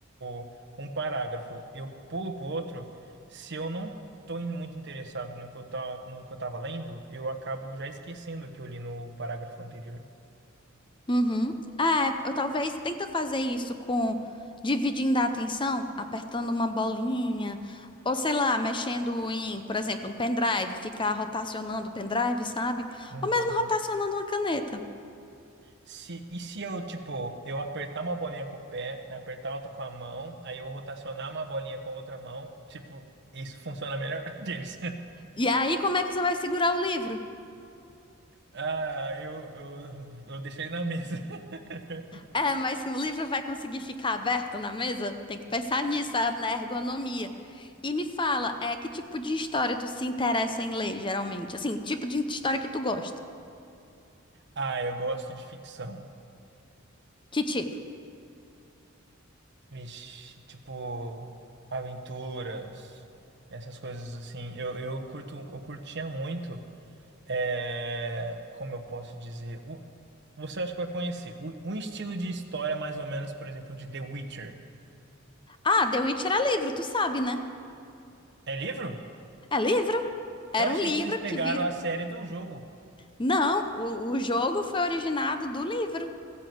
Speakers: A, on the right; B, on the left.
A: o- um parágrafo, eu pulo pro outro, se eu não tô in- muito interessado no que eu tá, no que eu tava lendo, eu acabo já esquecendo o que eu li no parágrafo anterior.
B: uhum. Ah, é, eu talvez tenta fazer isso com dividindo a atenção, apertando uma bolinha, ou sei lá, mexendo em, por exemplo, um pendrive, ficar rotacionando o pendrive, sabe?
A: Entendi.
B: Ou mesmo rotacionando uma caneta.
A: Se, e se eu, tipo, eu apertar uma bolinha com o pé, apertar outra com a mão, aí eu rotacionar uma bolinha com a outra mão, tipo, isso funciona melhor <laughs> deles.
B: E aí, como é que você vai segurar o livro?
A: Ah, eu, eu, eu deixei na mesa. <laughs>
B: É, mas o livro vai conseguir ficar aberto na mesa? Tem que pensar nisso, ah, na ergonomia. E me fala, é que tipo de história tu se interessa em ler, geralmente? Assim, tipo de história que tu gosta?
A: Ah, eu gosto de ficção.
B: Que tipo?
A: Vixe, tipo, aventuras, essas coisas assim. Eu, eu curto, eu curtia muito. É, como eu posso dizer? O- você acha que vai conhecer. O- um estilo de história, mais ou menos, por exemplo, de The Witcher.
B: Ah, The Witch era livro, tu sabe, né?
A: É livro?
B: É livro? Era
A: Eu achei
B: um livro
A: que eles pegaram
B: que vira.
A: a série do jogo.
B: Não, o, o jogo foi originado do livro.